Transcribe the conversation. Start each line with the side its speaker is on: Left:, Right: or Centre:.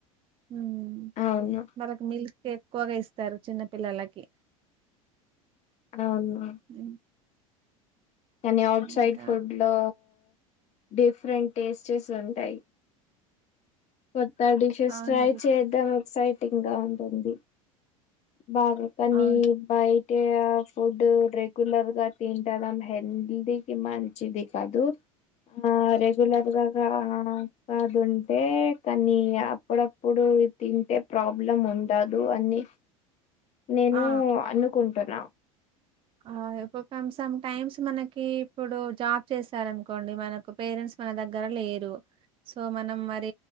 Right: హ్మ్
Left: అవున
Right: వాళ్ళకి మిల్క్ ఎక్కువగా ఇస్తారు చిన్న పిల్లలకి
Left: అవున
Right: లేవు
Left: కానీ అఔట్ సైడ్
Right: ఇంకా
Left: ఫుడ్ లో డిఫరెంట్ టేస్టెస్ ఉంటాయి కొత్త డిషెస్
Right: అవునండి
Left: ట్రై చేద్దం ఎక్సైటింగ్ గా ఉంటుంది బాగా పనీర్
Right: ఆ
Left: బయటే ఆ ఫుడ్ రెగ్యులర్ గా తింటడం హెల్దికిి మం చిది కాదు ఆ రెగ్యులర్గాగా కాదుంటే కానీ అప్పుడప్పుడు తింటే ప్రాబ్లం ఉండదు అని నేను
Right: ఆ
Left: అనుకుంటున్నా
Right: ఆ ఒక కం సమ్ టైమ్స్ మనకి ఇప్పుడు జాబ్ చేసారనుకోండి మనకు పేరెంట్స్ మన దగ్గర లేరు సో మనం మరి